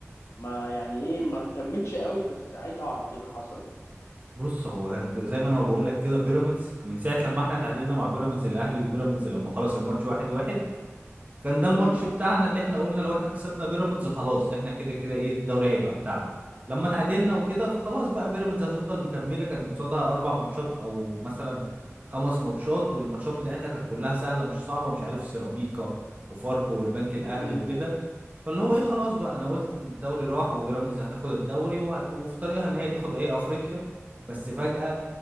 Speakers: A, on the left; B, on the right.
A: ما يعني ايه ما اهتمتش قوي بس عايز اعرف ايه اللي حصل يعني
B: بص هو كان ب- زي ما انا ما بقول لك كده بيراميدز من ساعه لما احنا تعادلنا مع بيراميدز الاهلي وبيراميدز لما خلص الماتش 1-1 كان ده
A: مم.
B: الماتش بتاعنا اللي احنا قلنا لو احنا كسبنا بيراميدز خلاص احنا كده كده ايه الدوري هيبقى بتاعنا لما تعادلنا وكده فخلاص بقى بيراميدز هتفضل مكملة كان قصادها اربع ماتشات او مثلا خمس ماتشات والماتشات بتاعتها كانت كلها سهلة مش صعبة مش عارف سيراميكا وفاركو والبنك الاهلي
A: مم.
B: وكده فاللي هو ايه خلاص بقى انا قلت ان الدوري راح وبيراميدز هتاخد الدوري وهت... وفي طريقها ان هي تاخد ايه افريقيا بس فجأة